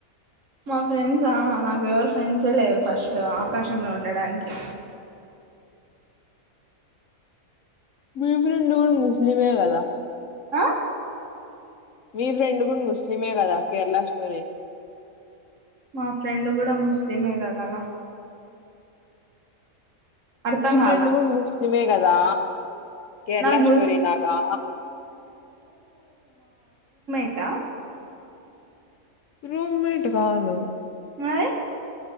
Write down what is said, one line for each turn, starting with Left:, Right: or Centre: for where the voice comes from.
Right: మా ఫ్రెండ్సా నాకు ఎవరు ఫ్రెండ్సే లేరు ఫస్ట్ ఆకాశంలో ఉండడానికి
Left: మీ ఫ్రెండ్స్ నువ్వ కూడా ముస్లిమే కదా
Right: అ
Left: మీ ఫ్రెండ్ కూడా ముస్లిమే కదా కేరళ స్టోరీ
Right: మా ఫ్రెండ్ కూడా ముస్లిమే కద న అర్థం
Left: మీ ఫ్రెండ్
Right: కాల
Left: కూడా ముస్లిం ఏ కదా కేరళ
Right: నాకు ముస్
Left: స్టోరీ లాగా
Right: ట్టా
Left: రూమ్ మెట్ కాదు
Right: మై <inaudible>